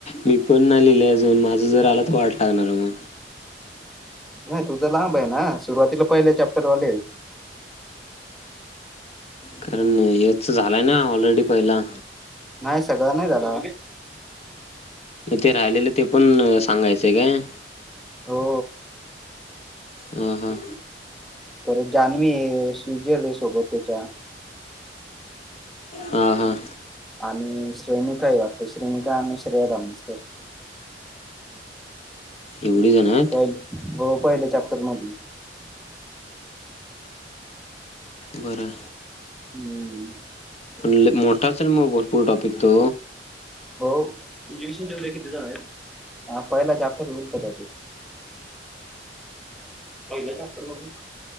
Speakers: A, on the left; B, in the centre.
A: मी पण. नाही लिहिला अजून माझा जर आला तर वाढ <unintelligible>
B: नाही तुझं लांब आहे, ना सुरुवातीला पहिले चॅप्टरवाले.
A: कारण याच झालाय ना ऑलरेडी पहिला.
B: नाही सगळं नाही झाला.
A: म ते राहिलेलं ते पण सांगायचंय काय?
B: हो.
A: हां हां.
B: परत जान्हवी, स्विझर्लेड सोबत त्याच्या.
A: हां हां.
B: आणि श्रेनिका ह वाटते, श्रनिका आणि श्रेयदंबस्कर.
A: एवढी जण आहेत?
B: पहि हो पहिले चॅप्टर मधी.
A: बरं.
B: हम्म.
A: पण लई मोठा असेल मग भरपूर टॉपिक तो.
B: हो एज्युकेशन चे किती झालंय? पहिला चॅप्टर होईल कदाचित पहिल्या चॅप्टर मधील.